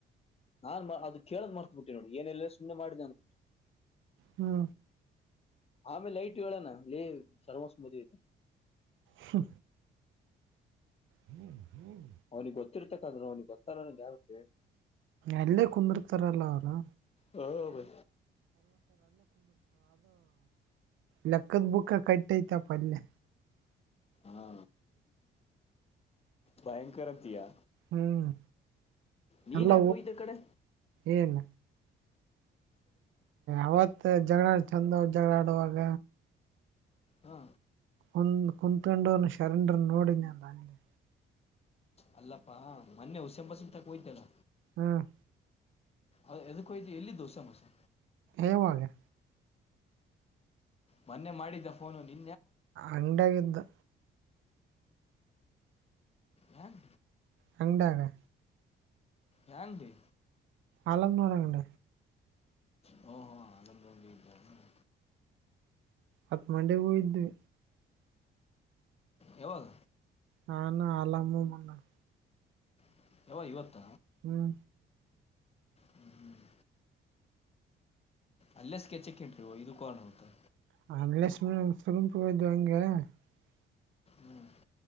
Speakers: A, on the left; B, on the right.
A: ನಾನ್ ಅದು ಕೇಳಕ್ ಮಾಡ್ತ್ಬ ಬಿಟ್ಟಿ ನೋಡಿ ಏನೆಲ್ಲ ಸುಮ್ಮ್ನೆ ಮಾಡಿ ನ ಅಂದ್ಬಿಟ್ಟಿ
B: ಹ್ಮ
A: ಆಮೇಲೆ ಲೈಟ್ ಹೇಳೋಣ ಲೇ ಸರ್ವಸ್ಮದ ಇದೆ
B: ಹ್ಮ ಹ್ಮ್ ಹ್ಮ್
A: ಅವನಿಗೆ ಗೊತ್ತಿರ್ತಕ್ಕಾದ್ರೂ ಅವನಿಗೆ ಗೊತ್ತಾರನಗೆ ಯಗುತ್ತೆ
B: ಎಲ್ಲೇ ಕುಂದಿರ್ತಾರಲ್ಲ ಅವರು
A: ಹಓ ಬ
B: ಲೆಕ್ಕದ್ ಬುಕ್ಕ ಕಟ್ಟ ಐತೆಪ ಅಲ್ಲೆ
A: ಹಾ ಭಯಂಕರ್ ಅಂತೀಯಾ
B: ಹ್ಮ್
A: ನೀನ್
B: ಎಲ್ಲ
A: ಯಾಕ್ ಹೋಯಿತ್ ಇಕಡೆ
B: ಏನ್ ಅವತ್ ಜಗಳ ಚಂದ ಜಗಳ ಆಡುವಾಗ
A: ಹಾ
B: ಂದು ಕುಂತ್ೊಂಡು ಶರಂಡರ್ ನೋಡಿದ್ದು ನಾನಲ್ಲಿ
A: ಅಲ್ಲಪ್ಪಾ ಮೊನ್ನೆ ಹುಸೆಂಬಸ ತಕ ಹಯ್ತಲ್ಲ
B: ಹ್ಮ್
A: ಅ ಎದುಕ್ಕಯತು ಎಲ್ಲಿಿ ದೋಸೆ ಮೋಸೆ
B: ಎವ ಆಾಗೆ
A: ಮೊನ್ನೆ ಮಾಡಿದ್ದ ಫೋನು ನಿ
B: ಅಂಗಡಿಯಾಗೇಯಿದೇ
A: ಹಾಂ
B: ಹಾಂಗಡಾನೆ
A: ಯಲ್ದು
B: ಅಲಾಂನವರ ಗಂಡ
A: ಹುಂ ಹುಂ <unintelligible>
B: ಹತ್ ಮಂಡೆಗೆ ಹೋಗಿದ್ವಿ
A: ಯಾವಾಗ
B: ನಾನು ಆಲಾಮು ಮನ್ನ
A: <unintelligible> ಇವತ್ತ
B: ಹ್ಮ್
A: ಹ್ಮ್ ಹ್ಮ್ ಅಲ್ಲೇ ಸ್ಕೆಚ್ಕ್ಕಂಟ್ರಿ ಇದುಕ್ ಹೋಗಣ ಮತ್ತೆ
B: <unintelligible>
A: ಹ್ಮ್